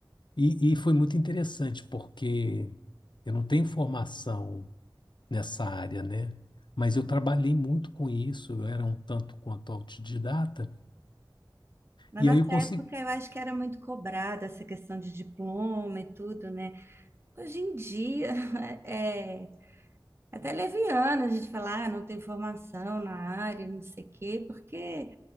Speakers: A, on the left; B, on the right.
A: e, e foi muito interessante porque eu não tenho formação nessa área, né? Mas eu trabalhei muito com isso. Eu era um tanto quanto autodidata
B: Na
A: e
B: nossa
A: aí eu consegui.
B: época, eu acho que era muito cobrada essa questão de diploma e tudo, né? Hoje em dia, <laughs> É Até leviana a gente falar, ah, não tem formação na área, não sei o quê, porque